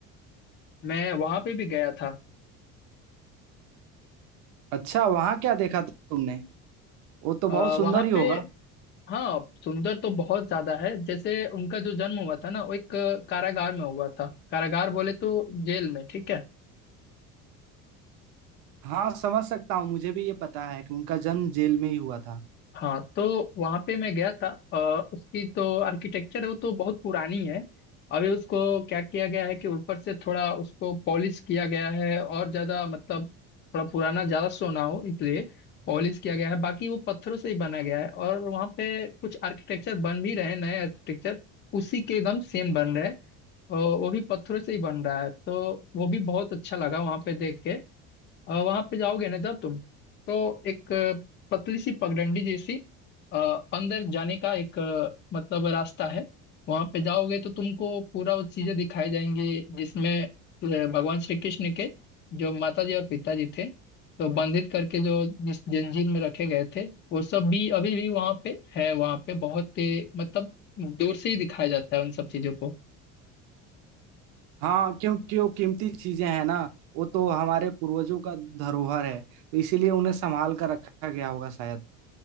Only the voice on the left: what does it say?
मैं वहां पे भी गया था
आ,
वहां
पे हाँ सुंदर तो बहुत ज्यादा है जैसे उनका जो जन्म हुआ था ना वो एक कारागार में हुआ था कारागार बोले तो जेल में ठीक है
हाँ तो वहां पे मैं गया था अ, उसकी तो आर्किटेक्चर है वो तो बहुत पुरानी है अभी उसको क्या किया गया है कि ऊपर से थोड़ा उसको पॉलिश किया गया है और ज्यादा मतलब थोड़ा पुराना ज्यादा शो ना हो इसलिए पॉलिश किया गया है बाकी वो पत्थरों से ही बना गया है और वहाँ पे कुछ आर्किटेक्चर बन भी रहे हैं नए आर्किटेक्चर उसी के एकदम सेम बन रहे हैं और वो भी पत्थरों से ही बन रहा है तो वो भी बहुत अच्छा लगा वहां पे देख के और वहां पे जाओगे ना जब तुम तो एक अ, पतली सी पगडंडी जैसी अ, अंदर जाने का एक अ, मतलब रास्ता है वहां पे जाओगे तो तुमको पूरा वो चीजें दिखाई जाएंगी जिसमें अ, भगवान श्री कृष्ण के जो माता जी और पिताजी थे तो बंधित करके जो जिस जंजीर में रखे गए थे वो सब भी अभी भी वहां पे है वहां पे बहुत ही मतलब दूर से ही दिखाया जाता है उन सब चीजों को